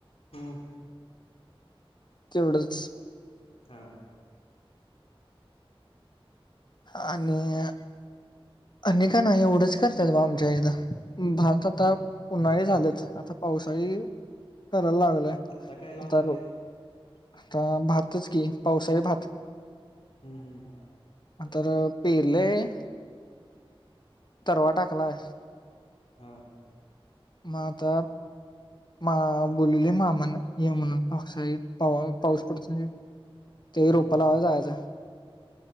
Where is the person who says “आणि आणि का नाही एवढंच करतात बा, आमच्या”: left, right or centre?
Left